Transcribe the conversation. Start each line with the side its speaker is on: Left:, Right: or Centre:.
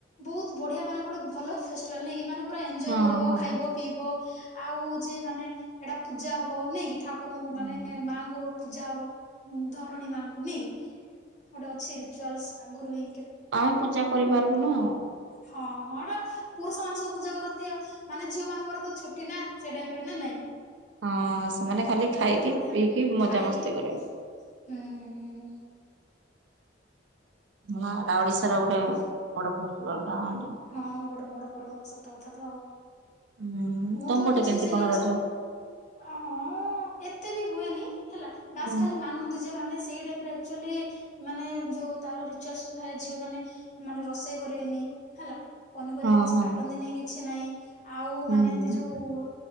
Left: ବହୁତ ବଢିଆ ମାନେ ଗୋଟେ ଭଲ ଫେଷ୍ଟିଭାଲ ନେଇକି ମାନେ ପରା ଏନଜୟ
Right: ହଁ
Left: କରିବ
Right: ହଁ।
Left: ଖାଇବ ପିଇବ ଆଉ ହଉଛି ମାନେ ଏଟା ପୂଜା ହବ ନେଇକି ଠାକୁରଙ୍କୁ
Right: ହୁଁ
Left: ମାନେ ମାଙ୍କୁ ପୂଜା ହବ ଧରଣୀ ମାଙ୍କୁ ନିଏକି ଗୋଟେ ଅଛି ରିଚୁଆଲସ ଆଗରୁହିଁ।
Right: ଆଉ ପୂଜା କରିପାରିବୁନ ଆଉ।
Left: ହଁ <unintelligible> ପୁରୁଷ ମାନ ସବୁ ପୂଜା କରନ୍ତି ଆଉ ମାନେ ଝିଅ ମାନଙ୍କର ତ ଛୁଟି ନା ସେ ଟାଇମ ରେ ନା ନାଇଁ।
Right: ହଁ ସେମାନେ ଖାଲି ଖାଇକି
Left: କେତେ ବଢିଆ
Right: ପିଇକି
Left: ଖାଇକି
Right: ମଜା ମସ୍ତି କରିବେ।
Left: ହୁଁ ହୁଁ ହୁଁ।
Right: ହଁ ଏଟା ଓଡିଶାର
Left: ହୁଁ
Right: ଗୋଟେ ବଡ ପର୍ବ <unintelligible>
Left: ହଁ ଗୋଟେ ବଡ ପର୍ବ ସତା କଥା ତ ଆଉ।
Right: ହୁଁ
Left: ମୁଁ
Right: ତମ
Left: ତ
Right: ପଟେ
Left: କିଛି
Right: କେମିତି
Left: ସେଲିବ୍ରେସନ
Right: କଣ ରଜ?
Left: ହଁ ଏତେ ବି ହୁଏନି ହେଲା ବାସ୍
Right: ହୁଁ
Left: ଖାଲି ମାନନ୍ତି ଯେ ମାନେ ସେଇ ଟାଇମ୍ ରେ ଆକଚୁଆଲି ମାନେ ଯୋଉ ତାର ରିଚୁଲସ ଥାଏ ଝିଅ ମାନେ ମାନେ ରୋଷେଇ କରିବେନି ହେଲା। ପନିପରିବା
Right: ହଁ
Left: କିଛି
Right: ହଁ
Left: କାଟନ୍ତିନି କିଛି ନାହିଁ ଆଉ
Right: ହୁଁ।
Left: ମାନେ ଏମତି ଯୋଉ